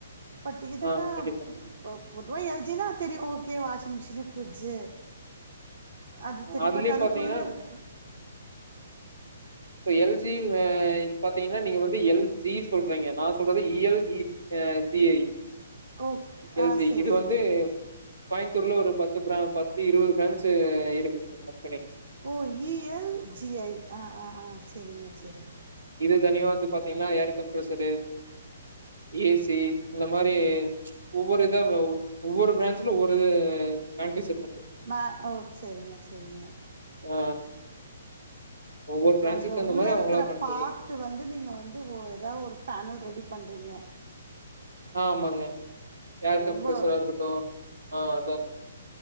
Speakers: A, on the right; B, on the right.
A: பட் இதுன்னா
B: ஆ கண்டிப்பா
A: ப பப் போதுவா எல் ஜி னா தெரியு ஓகே வாஷிங் மிஷினு ஃப்ரிட்ஜு அது திரிபட்டு
B: அதுலயே
A: அதுக்குள்ள
B: பாத்தீங்கன்னா
A: இருக்
B: ப்ப எல் ஜி வ இத் பாத்தீங்கன்னா நீங்க வந்து எல் ஜி சொல்றீங்க நா சொல்றது இ எல் இ ஜ் எ டி ஐ
A: ஓகே
B: எல்
A: ஆ
B: ஜி
A: சரி
B: இது
A: சரி
B: வந்து கோயம்த்தூர்ல ஒரு பத்து பிர பத்து இருவது பிரான்ச் இருக்குதுங்க்கா
A: ஓ இ எல் ஜி ஐ அ ஆ ஆ செரிங்க செரிங்க
B: இத்தனியு வந்து பாத்தீங்ன்னா ஏர் கம்ப்ரசரு ஏ சி இந்த மாரி ப்ச் ஒவ்வொரு இத ஒவ்வொரு பிரான்ச்ல ஒவ்வொருது <unintelligible>
A: மா ஓ செரிங்க செரிங்க
B: ஆ ஒவ்வொரு
A: கெ
B: பிரான்ச்சுக்கு
A: அதுல
B: தகுந்த
A: உள்ள
B: மாரி அவங்களா
A: இருக்ற
B: பண்ட்ருக்காங்க
A: பாத்து வந்து நீங்க வந்து ஒ எதா ஒரு பேனல் ரெடிப் பண்றிங்க
B: ஆஹ் ஆமாங்க ஏர் கம்ப்ரஷரா
A: ரொம்ப
B: இருக்கட்டு ஆஹ் அதா